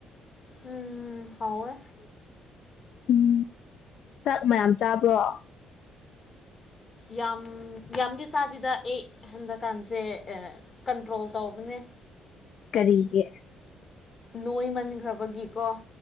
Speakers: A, on the left; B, on the left.
A: ꯎꯝ ꯍꯥꯎꯋꯦ
B: ꯎꯝ ꯆꯥꯛ ꯃꯌꯥꯝ ꯆꯥꯕ꯭ꯔꯣ
A: ꯌꯥꯝ ꯌꯥꯝꯗꯤ ꯆꯥꯗꯦꯗ ꯑꯦ ꯍꯟꯗꯛꯀꯥꯟꯁꯦ ꯑ ꯀꯟꯇ꯭ꯔꯣꯜ ꯇꯧꯕꯅꯦ
B: ꯀꯔꯤꯒꯦ
A: ꯅꯣꯏꯃꯟꯈ꯭ꯔꯕꯒꯤꯀꯣ